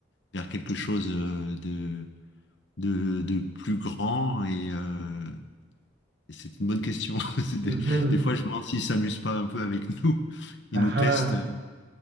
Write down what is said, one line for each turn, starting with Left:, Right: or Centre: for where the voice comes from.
Left: vers quelque chose euh, de, de, de plus grand. Et, euh, et c'est une bonne question. <laughs> C'est
Right: Mhm.
Left: Des, des fois, je me demande s'il s'amuse pas un peu avec nous.
Right: Ah,
Left: Il nous teste.
Right: ah.